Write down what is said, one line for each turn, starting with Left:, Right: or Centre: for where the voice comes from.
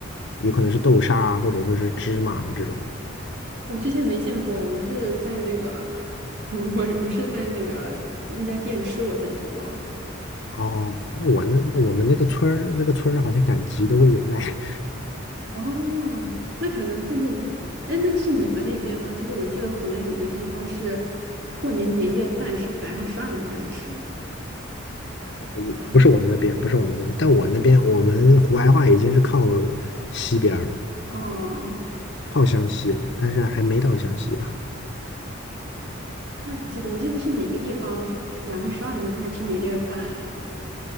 Left: 有可能是豆沙啊，或者说是芝麻啊这种。
Right: 我之前没见过哎，我是在那个，<laughs> 我我是在那个那家店吃我才知道。
Left: 哦，那我那那我们那个村儿那个村儿好像赶集都会有卖，
Right: 哦，那可能是那边。哎，那是你们那边吗？就是我记得湖南有一个地方是过年年夜饭是晚上十二点就开始吃。还是早上六
Left: <laughs> 不是我们那边，不是我们那边，但我那边我们湖白话已经是靠西边儿了，
Right: 哦，
Left: 靠湘西了，但是还没到湘西吧。
Right: 那不记得，我记得是哪个地方说晚上十二点钟开始吃年夜饭。